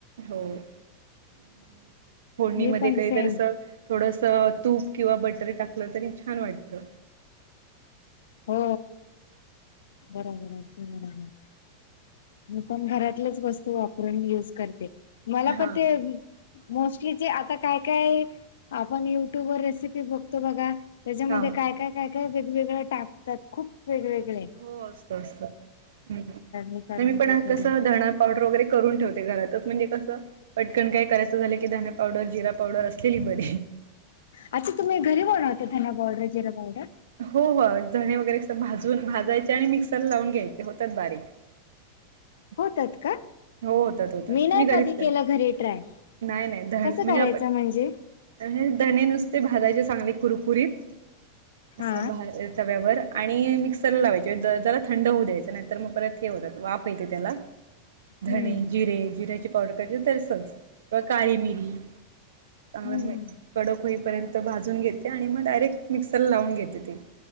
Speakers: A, on the right; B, on the left.
A: हो आणि फडणीमध्ये
B: मी पण
A: काही
B: सेम
A: तर अस, थोडंसं तूप किंवा बटरी टाकलं तरी छान वाटतं.
B: हो बरोबर आगदी बरोबर. पण घरातलेच वस्तू वापरूनी युज करते मला
A: हा
B: पण ते, मोस्टली ज आता काय काय आपण युट्यूब वर रेसिपी बघतो बघा. त्याच्यामध्ये
A: हा
B: काय काय काय काय वेगवेगळे टाकतात खूप वेगवेगळे हाय.
A: हो असत असत नाही
B: हे करून
A: मी पण
B: ते करून
A: कस धणा पावडर वगैरे करून ठेवते घरातच म्हणजे कसं पटकन काय करायचं झालं की धान पावडर जिरा पावडर असलेली बर
B: अच्छा तुम्ही घरी बणार होता धना पावडर जिरा पावडर
A: हो हो जणे वगैरे अस भाजून भाजायचे आणि मिक्सरला लावून घ्यायचे होतात बारीक <inaudible>
B: होतात का
A: हो होतात होतात
B: नाही
A: मी घरीच
B: कधी
A: कर
B: केलं घरी ट्राय
A: नाही नाही धण
B: कसं
A: म्हणजे
B: करायचं
A: आपण
B: म्हणजे
A: आणि धणे नुसते भाजाचे चांगले कुरकुरीत असं
B: हा
A: तव्यावर आणि मिक्स स लावायची जला थंड होऊ द्यायच नाही तर मग परत हे होत वाफ येते त्याला धणे
B: हम्म
A: जिरे जिऱ्याची पावडर करायची तरसच किंवा काळी मिरी चांगलं
B: हम्म
A: कडक होईपर्यंत भाजून घेते आणि मग डायरेक्ट मिक्सर लावून घेते ती